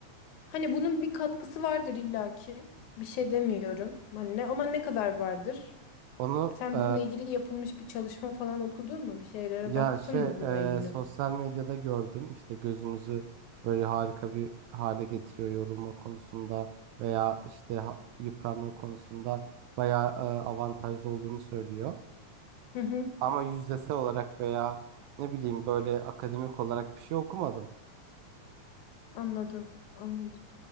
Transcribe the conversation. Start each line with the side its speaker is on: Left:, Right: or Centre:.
Left: Hani bunun bir katkısı vardır illaki. Bir şey demiyorum. Hani ne, ama ne kadar vardır?
Right: Onu
Left: Sen
Right: e,
Left: bununla ilgili yapılmış bir çalışma falan okudun mu? Bir şeylere
Right: ya
Left: baktın
Right: şey
Left: mı bununla ilgili?
Right: e, sosyal medyada gördüm. İşte gözünüzü böyle harika bir hale getiriyor yorulma konusunda veya işte ha- yıpranma konusunda bayağı e, avantajlı olduğunu söylüyor.
Left: Hı hı.
Right: Ama yüzdesel olarak veya ne bileyim böyle akademik olarak bir şey okumadım.
Left: Anladım. Anladım.